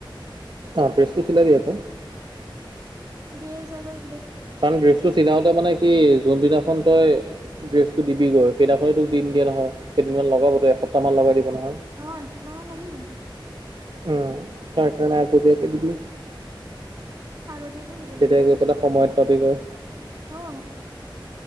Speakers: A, on the right; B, on the right.
A: অ', ড্ৰেছটো চিলাবি আকৌ।
B: দুয়োচাগৈ
A: কাৰণ ড্ৰেছটো চিলাওঁতে মানে কি? যোনদিনাখন তই ড্ৰেছটো দিবিগৈ, সেইদিনাখনেই তোক দি নিদিয়ে নহয়, কেইদিনমান লগাবতো, এসপ্তাহমান লগাই দিব ন'।
B: অ', এসপ্তাহ মান লাগিব।
A: উম, তাৰকাৰণে আগতীয়াকৈ দিবি।
B: আগতীয়াকৈ দিব লাগিব।
A: তেতিয়া গৈ পেলাই সময়ত পাবিগৈ।
B: অ